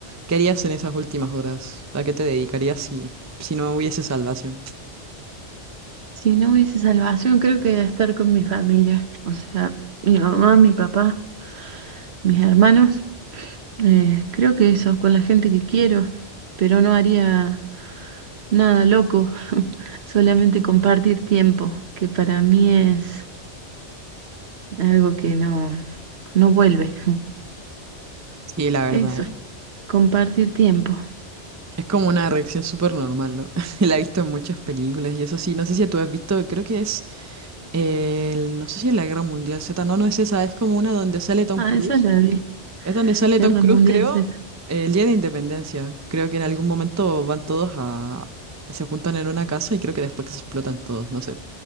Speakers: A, on the right (about 20°); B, on the right (about 65°).
A: ¿Qué harías en esas últimas horas? ¿A qué te dedicarías si, si no hubiese salvación?
B: Si no hubiese salvación, creo que estar con mi familia. O sea, mi mamá, mi papá, mis hermanos. Eh, creo que eso, con la gente que quiero. Pero no haría nada loco. <laughs> Solamente compartir tiempo, que para mí es algo que no, no vuelve. <laughs>
A: Sí, la verdad,
B: Eso,
A: ¿eh?
B: compartir tiempo.
A: Es como una reacción súper normal, ¿no? <laughs> La he visto en muchas películas y eso sí, no sé si tú has visto, creo que es El- no sé si es la Guerra Mundial Z, no, no es esa, es como una donde sale Tom
B: Ah,
A: Cruise.
B: esa la vi.
A: Es donde sale
B: Guerra
A: Tom Cruise,
B: Mundial
A: creo,
B: Z.
A: el día de Independencia. Creo que en algún momento van todos a... se juntan en una casa y creo que después se explotan todos, no sé.